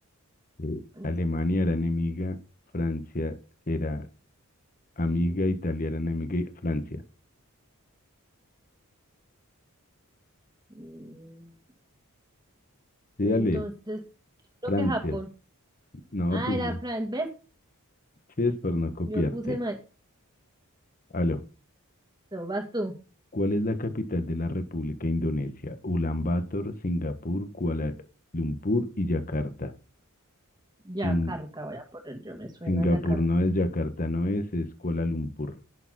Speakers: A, on the left (about 40°); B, on the right (about 20°).
A: Eh,
B: Bueno,
A: Alemania era enemiga, Francia era amiga, Italia era enemiga y Francia.
B: Mm,
A: Sí,
B: Entonces,
A: dale,
B: yo creo
A: Francia.
B: que Japón.
A: No,
B: Ah,
A: pues
B: era
A: sí
B: Fran, ¿ves?
A: sí es por no copiarte.
B: Yo puse mal.
A: Aló.
B: No, vas tú.
A: ¿Cuál es la capital de la República Indonesia? Ulaanbaatar, Singapur, Kuala Lumpur y Yakarta.
B: Yakarta,
A: Sin-
B: voy a poner yo, me suena
A: Singapur
B: Yakarta.
A: no es, Yakarta no es, es Kuala Lumpur.